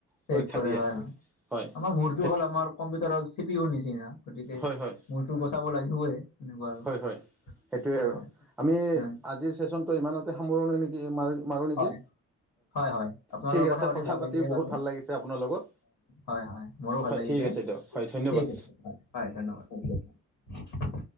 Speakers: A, in the centre; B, on the left (about 75°).
A: সুৰক্ষা
B: ছেভ কৰে
A: দিয়ে
B: হয় হয়,
A: হয়
B: আমাৰ মূৰটো
A: সেইটো
B: হ'ল আমাৰ কম্পিউটাৰৰ চিপিউৰ নিচিনা। গতিকে-
A: হয় হয়
B: মোৰতো বচাব লাগিবই এনেকুৱা আৰু।
A: হয় হয় সেইটোৱে
B: হয়
A: আৰু
B: হয়
A: আমি
B: উম
A: আজিৰ চেচনটো ইমানতে সামৰো নেকি মাৰি মাৰোঁ নেকি।
B: হয় হয় হয়, আপোনাৰ
A: ঠিক
B: লগত
A: আছে
B: কথা পাতি ভাল লাগিলে
A: বহুত
B: বাৰু।
A: ভাল লাগিছে আপোনাৰ লগত
B: হয় হয়, মোৰো ভাল
A: হয়
B: লাগিছে
A: ঠিক আছে
B: ঠিক
A: দিয়ক হয় ধন্যবাদ
B: আছে, হয় হয় ধন্যবাদ থেংক ইউ। <unintelligible>